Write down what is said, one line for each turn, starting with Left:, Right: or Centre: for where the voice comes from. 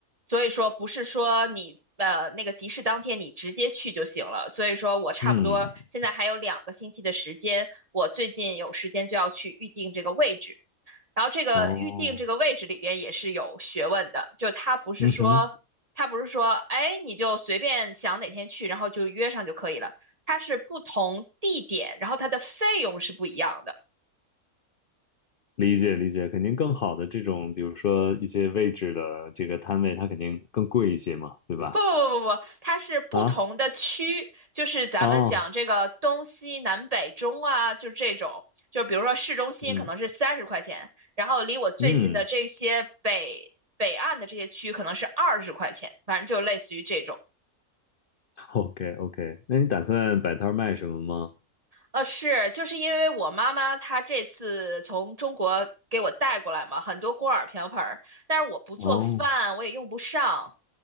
Right: 所以说不是说你呃那个集市当天你直接去就行了。所以说我差不多现在还有两个星期的时间，
Left: 嗯，
Right: 我最近有时间就要去预定这个位置。然后这个预定这个位置里边也是有学问的，
Left: 哦，
Right: 就它不是说它不是说哎你就随便想哪天去，
Left: 嗯哼，
Right: 然后就约上就可以了。它是不同地点，然后它的费用是不一样的。
Left: 理解理解，肯定更好的这种，比如说一些位置的这个摊位，它肯定更贵一些嘛，对吧？
Right: 不不不不不，它是不同的区，
Left: 啊，
Right: 就是咱们讲这个东西南北中啊，
Left: 哦，
Right: 就是这种，就比如说市中心可能是三十块钱，
Left: 嗯
Right: 然后离我最近的这些北北岸的这些区可能是二十块钱，
Left: 嗯。
Right: 反正就类似于这种。
Left: OK OK，那你打算摆摊儿卖什么吗？
Right: 呃，是，就是因为我妈妈她这次从中国给我带过来嘛，很多锅碗瓢盆儿，但是我不做饭，
Left: 哦，
Right: 我也用不上。